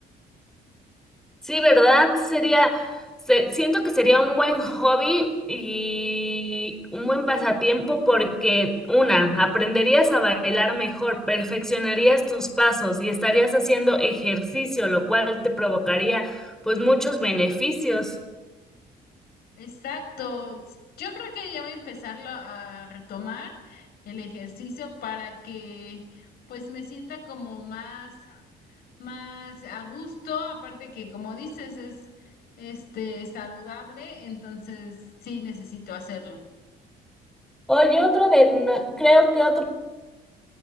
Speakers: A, in the centre; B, on the left.
A: Sí, ¿verdad? Sería, se- siento que sería un buen hobby y un buen pasatiempo porque, una, aprenderías a bailar mejor, perfeccionarías tus pasos y estarías haciendo ejercicio, lo cual te provocaría pues muchos beneficios.
B: Exacto. Yo creo que ya voy a empezarlo a retomar el ejercicio para que pues me sienta como más, más a gusto. Aparte que como dices es este saludable, entonces sí necesito hacerlo.
A: Oye, otro de, no- creo que otro